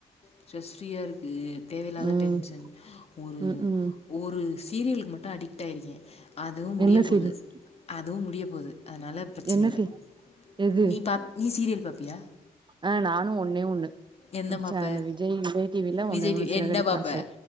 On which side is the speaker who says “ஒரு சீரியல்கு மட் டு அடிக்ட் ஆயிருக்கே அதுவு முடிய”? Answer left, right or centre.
Left